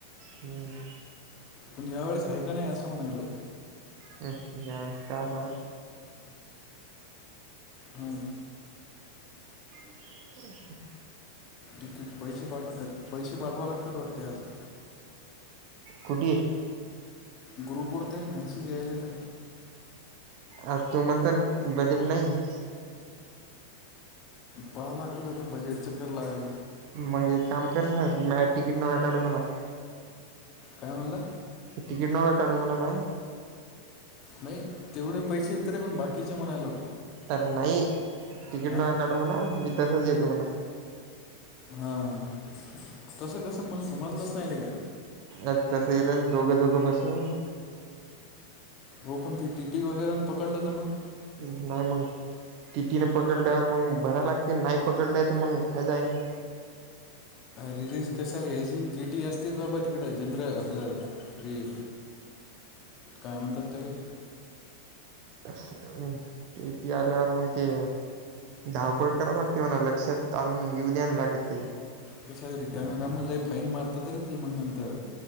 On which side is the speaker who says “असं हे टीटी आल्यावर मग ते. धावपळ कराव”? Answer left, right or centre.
Right